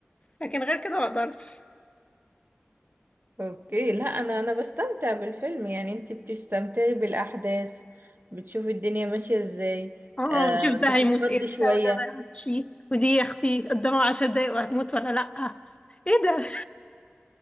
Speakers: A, on the left; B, on the right.
A: لكن غير كده ما اقدرش
B: اوكي لا انا انا بستمتع بالفيلم يعني انت بتستمتعي بالاحداث بتشوفي الدنيا ماشيه ازاي
A: اه
B: آه
A: نشوف
B: بتتخضي
A: ده هيموت امتى
B: شويه
A: وده ما يموتش ودي يا اختي قدامها عشر دقايق وهتموت ولا لا ايه ده